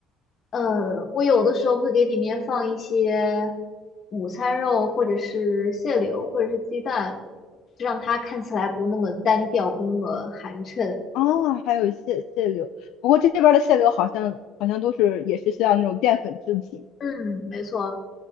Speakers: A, on the left (about 45°); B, on the left (about 75°).
A: 呃，我有的时候会给里面放一些午餐肉，或者是蟹柳，或者是鸡蛋，就让它看起来不那么单调，不那么寒碜。
B: 啊，还有蟹蟹柳，不过这边的蟹柳好像好像都是也是像那种淀粉制品。
A: 嗯，没错，